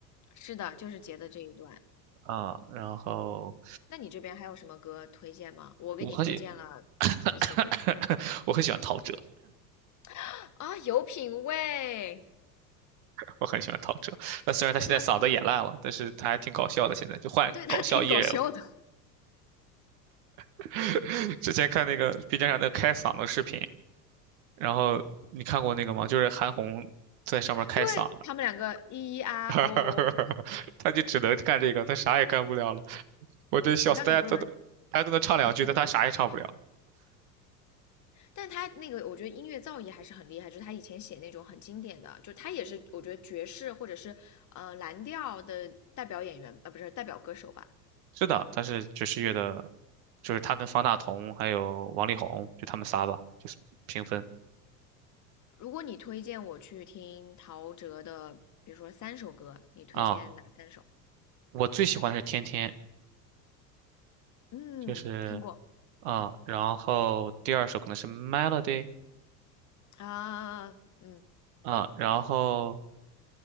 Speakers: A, on the left; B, on the right.
A: 是的，就是截的这一段。
B: 啊。然后
A: 那你这边还有什么歌推荐吗？我给你推荐了一些歌手
B: 我很喜 <laughs> 我很喜欢陶喆。
A: 吧啊，有品味。
B: 我很喜欢陶喆。那虽然他现在嗓子也烂了，
A: 那他
B: 但是他还挺搞笑的，现在就换搞笑艺人了。
A: 对 <laughs> 他挺搞笑的，
B: <laughs> 之前看那个 B 站上的开嗓的视频，然后你看过那个吗？就是韩红在上面开嗓，
A: 对他们两个咿咿啊哦哦哦，
B: <laughs> 他就只能干这个，他啥也干不了了。我真笑死，
A: 我看很多人
B: 大家都能大家都能唱两句，
A: 还去模仿，
B: 但他啥也唱不了。
A: 但他那个我觉得音乐造诣还是很厉害，就是他以前写那种很经典的，就他也是我觉得爵士或者是呃蓝调的代表演员，呃不是代表歌手吧。
B: 是的，他是爵士乐的，就是他跟方大同还有王力宏，就他们仨吧，就是平分
A: 如果你推荐我去听陶喆的，比如说三首歌，你推荐哪三首？
B: 啊。我最喜欢的是天天，
A: 嗯，
B: 就是
A: 听过
B: 啊，然后第二首可能是 Melody
A: 啊，嗯
B: 啊，然后